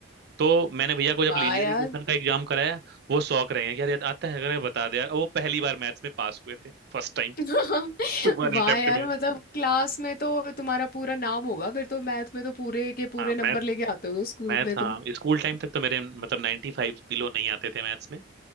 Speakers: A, on the right; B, on the left.
A: तो मैंने भैया को जब
B: वाह
A: लीनियर
B: यार
A: इक्वेशन का एग्जाम कराया वो शौक रहे हैं कि यार यार आता है अगर मैं बता दे यार और वो पहली बार मैथ्स में पास हुए थे फर्स्ट टाइम
B: <laughs>
A: वन
B: वाह
A: अटेम्प्ट
B: यार
A: <laughs> में
B: मतलब क्लास में तो तुम्हारा पूरा नाम होगा फिर तो मैथ में तो पूरे के पूरे
A: हाँ मैं
B: नंबर लेके आते होगे स्कूल
A: मैथ
B: में तुम
A: हाँ स्कूल टाइम तक तो मेरे मतलब 95 बिलो नहीं आते थे मैथ्स में